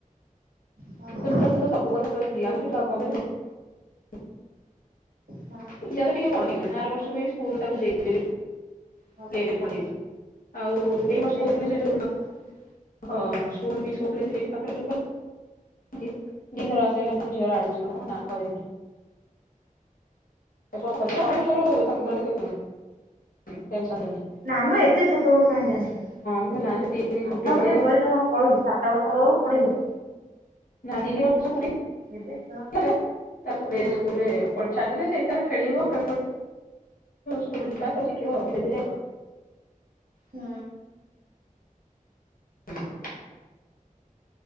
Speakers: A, on the right; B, on the left.
A: ହଁ
B: ଶୁଣୁ ତୋତେ ତ ସବୁ କଥା ତ ଦିଆ ହଉଛି ତୁ ଆଉ କ'ଣ କରିବୁ।
A: ହଁ
B: ପିଲା ତ ଟିକେ ବଡ ହେଇଗଲାଣି ଆର ବର୍ଷ ପାଇଁ ସ୍କୁଲ ତାକୁ ଦେଇଦେବି।
A: ହଁ
B: ତେରେ ପଳେଇବି ଆଉ ଏଇ
A: ହଁ
B: ବର୍ଷ
A: ସେଇଠି
B: କହୁଥିଲି
A: ପଢା
B: ସେ ଯୋଉ
A: ହୁଁ କାହିଁକି
B: ହଁ ସ୍କୁଲ ମିସ୍ କହୁଥିଲେ ଏଠି ଯୋଉ ପାଖରେ କଲି ଦିଥର ଆସିଲି ତମ ଝିଅ ର ଆଡିମିଶନ କର ନା କରିିବିନି। ଏ ବର୍ଷରୁ ଅଢେଇ ବର୍ଷ ରୁ ତା ମୁଣ୍ଡରେ କେତେ ବୁଦ୍ଧି ଟେନସନ ଦେବି।
A: ନା ମ ଏତେ ଛୋଟ ବେଳୁ କାହିଁ ଟେନସନ୍ ଦେବି
B: ମୁଁ କହିଲି ନା ସେ ତିନି
A: ପାଠ
B: କମ୍ପ୍ଲିଟ
A: ପଢ଼ିବା
B: ହେଇଯାଉ
A: ବୟସ କ'ଣ ପଳଉଛି। ସାତ ବର୍ଷ ହଉ ପଢିବ।
B: ନା ତିନି ବର୍ଷ ପୁରି
A: ଏବେ ଖେଳ
B: ଗଲା ତାକୁ ପ୍ଲେ
A: ହୁଁ
B: ସ୍କୁଲ ରେ। ପ ଛାଡ଼ିଦେଲେ ସେଇଠି ତାର ଖେଳିବ ଖେଳ ସ୍କୁଲ ଯିବା ସବୁ ଶିଖିବ ଆଉ ଧୀରେ ଧୀରେ ଆଉ।
A: ହୁଁ।
B: ଆଉ